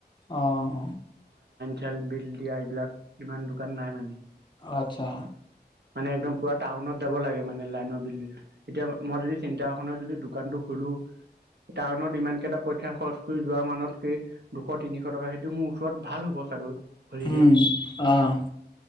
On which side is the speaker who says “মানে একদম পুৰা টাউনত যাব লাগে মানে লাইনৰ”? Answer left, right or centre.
Right